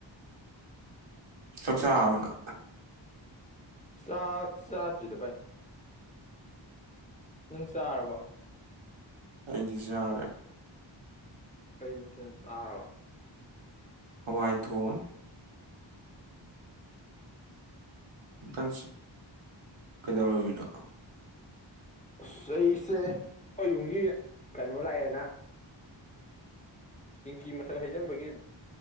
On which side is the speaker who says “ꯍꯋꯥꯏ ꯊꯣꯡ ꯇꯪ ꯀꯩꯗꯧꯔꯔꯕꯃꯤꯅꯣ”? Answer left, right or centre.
Right